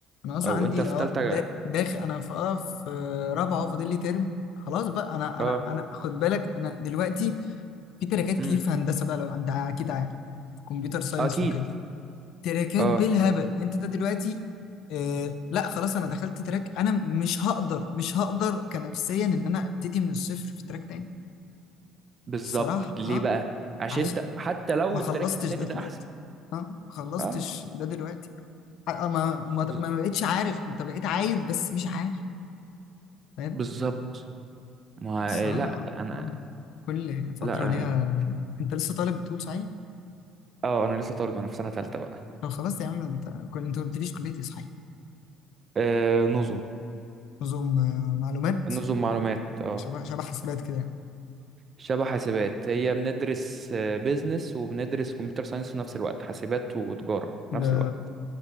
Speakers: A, on the left (about 65°); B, on the right (about 40°).
A: انا اصلا
B: او
A: عندي
B: انت في
A: اه
B: تالتة
A: دا- داخل انا في اه في رابعه فاضل لي ترم خلاص بقى انا
B: اه
A: انا انا خد بالك انا دلوقتي في تراكات كتير
B: امم
A: في هندسه بقى لو انت اكيد عارف في كمبيوتر ساينس
B: اكيد
A: وكده تراكات
B: اه
A: بالهبل انت ده دلوقتي آه لا خلاص انا دخلت تراك انا مش هقدر مش هقدر كنفسيا ان انا ابتدي من الصفر في تراك تاني
B: بالظبط
A: الصراحة
B: ليه
A: اه
B: بقى عشان
A: عشان
B: انت حتى لو
A: ما خلصتش
B: التراك التاني
A: ده دلوقتي
B: ده احسن
A: اه ما خلصتش
B: اه
A: ده دلوقتي آه آه، ما ما
B: بز-
A: ما بقتش عارف انت بقيت عايز بس مش عارف فاهم
B: بالظبط ما
A: الصراحة
B: لا انا
A: اه كل فترة
B: لا
A: ليها
B: انا
A: انت لسه طالب بتقول صحيح
B: اه انا لسه طالب انا في سنة تالتة بقى
A: طب خلاص يا عم انت كل انت ما قلتليش كلية ايه صحيح
B: آه نظم
A: نظم آه، معلومات
B: نظم معلومات اه
A: شبه شبه حاسبات كده يعني.
B: شبه حاسبات هي بندرس بيزنس وبندرس كمبيوتر ساينس في نفس الوقت حاسبات وتجارة
A: ده
B: في نفس الوقت